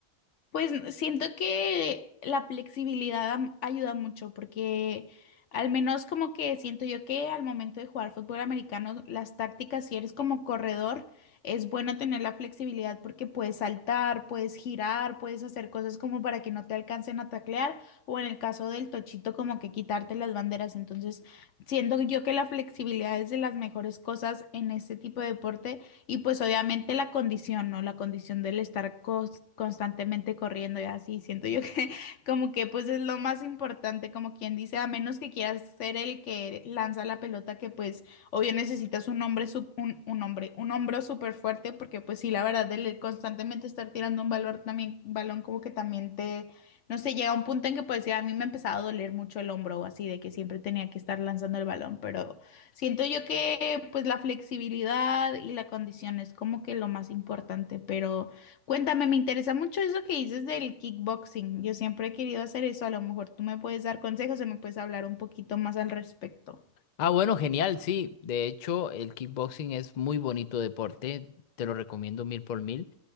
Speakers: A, on the left (about 60°); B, on the left (about 80°).
A: Pues siento que la flexibilidad am- ayuda mucho porque al menos como que siento yo que al momento de jugar fútbol americano, las tácticas, si eres como corredor, es bueno tener la flexibilidad porque puedes saltar, puedes girar, puedes hacer cosas como para que no te alcancen a taclear o en el caso del tochito como que quitarte las banderas. Entonces siento yo que la flexibilidad es de las mejores cosas en este tipo de deporte y pues obviamente la condición, ¿no? La condición del estar cos- constantemente corriendo y así, siento yo que <laughs> como que pues es lo más importante, como quien dice, a menos que quieras ser el que lanza la pelota, que pues obvio necesitas un hombre, sup- un, un hombre, un hombro súper fuerte, porque pues sí, la verdad, el constantemente estar tirando un valor también, balón como que también te, no sé, llega un punto en que pues sí, a mí me empezaba a doler mucho el hombro o así, de que siempre tenía que estar lanzando el balón, pero... Siento yo que pues la flexibilidad y la condición es como que lo más importante, pero cuéntame, me interesa mucho eso que dices del kickboxing. Yo siempre he querido hacer eso, a lo mejor tú me puedes dar consejos o me puedes hablar un poquito más al respecto.
B: Ah, bueno, genial, sí. De hecho, el kickboxing es muy bonito deporte. Te lo recomiendo mil por mil.